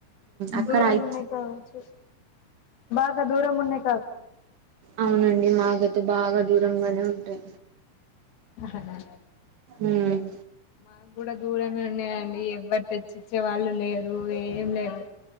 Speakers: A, on the right (about 65°); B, on the left (about 70°).
A: అక్కడయి
B: దూరం ఉన్నాయి కావచ్చు బాగా దూరం మున్నై
A: అవునండి మాకైతే బాగా దూరంగానే ఉంటై
B: అవునా
A: మ్మ్
B: మాకు కూడా దూరమే ఉన్నాయండి ఎవ్వర్ తెచ్చిచ్చే వాళ్ళు లేరు ఏం లేరు